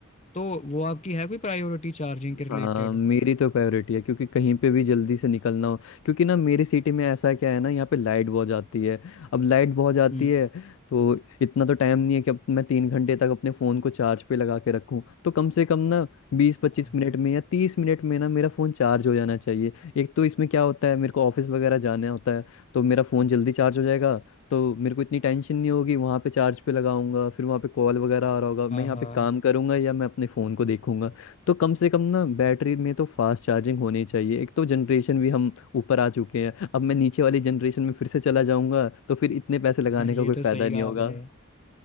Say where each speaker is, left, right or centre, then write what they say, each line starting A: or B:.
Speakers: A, on the left; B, on the left.
A: तो वो आपकी है कोई प्रायोरिटी चार्जिंग के रिलेटेड
B: हाँ मेरी तो प्रायोरिटी है क्योंकि कहीं पे भी जल्दी से निकलना हो क्योंकि ना मेरी सिटी में ऐसा क्या है ना यहाँ पे लाइट बहुत जाती है अब लाइट बहुत जाती
A: हम्म
B: है तो इतना तो टाइम नहीं है कि अब मैं तीन घंटे तक अपने फ़ोन को चार्ज पे लगा के रखूँ तो कम से कम ना बीस पच्चीस
A: हाँ
B: मिनट में या तीस मिनट में ना मेरा फ़ोन चार्ज हो जाना चाहिए एक तो इसमें क्या होता है मेरे को ऑफिस वगैरह जाना होता है तो मेरा फ़ोन जल्दी चार्ज हो जाएगा तो मेरे को इतनी टेंशन नहीं होगी वहाँ पे चार्ज पे लगाऊंगा फिर वहाँ पे कॉल वगैरह आ रहा होगा मैं
A: हाँ
B: यहाँ
A: हाँ
B: पे काम करूंगा या मैं अपने फ़ोन को देखूंगा तो कम से कम ना बैटरी में तो फास्ट चार्जिंग होनी चाहिए एक तो जनरेशन भी हम ऊपर आ चुके हैं अब मैं नीचे वाली जनरेशन में फिर से चला जाऊंगा तो फिर इतने पैसे लगाने
A: हाँ, ये
B: का कोई
A: तो
B: फायदा
A: सही
B: नहीं
A: कहा
B: होगा
A: आपने
B: तो